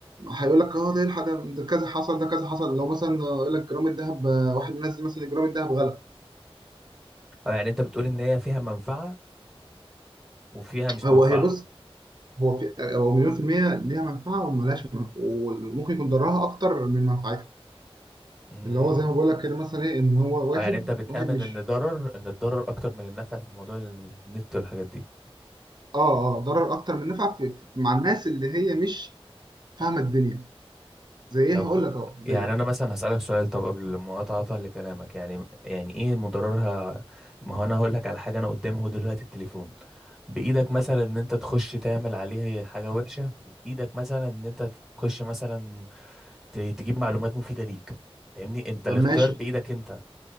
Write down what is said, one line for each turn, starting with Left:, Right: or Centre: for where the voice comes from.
Right: هيقول لك اه ده إيه الحاجة- ده كذا حصل ده كذا حصل لو مثلا آه، يقول لك جرام الذهب آه، واحد منزل مثلا جرام الذهب غلط
Centre: اه يعني انت بتقول ان هي فيها منفعة وفيها مش
Right: هو
Centre: منفعة
Right: هي بص هو في هو مليون في المية ليها منفعة وملهاش منفعة وممكن يكون ضرها أكتر من منفعتها
Centre: امم
Right: اللي هو زي ما بقول لك كده مثلا إيه إن هو واحد
Centre: اه يعني انت بتآمن
Right: واحد مش
Centre: ان ضرر ان الضرر اكتر من النفع في موضوع النت والحاجات دي
Right: آه آه ضرر أكتر من نفع في في- مع الناس اللي هي مش فاهمة الدنيا زي إيه
Centre: طب
Right: هقول لك أهو
Centre: يعني
Right: زي إيه
Centre: انا مثلا هسألك سؤال طب قبل مقاطعة لكلامك يعني يعني ايه مضررها ما هو انا هقول لك على حاجة انا قدامي اهو دلوقتي التليفون بايدك مثلا ان انت تخش تعمل عليه حاجة وحشة وبايدك مثلا ان انت تخش مثلا ت- تجيب معلومات مفيدة ليك فاهمني انت الاختيار
Right: طب ماشي
Centre: بايدك انت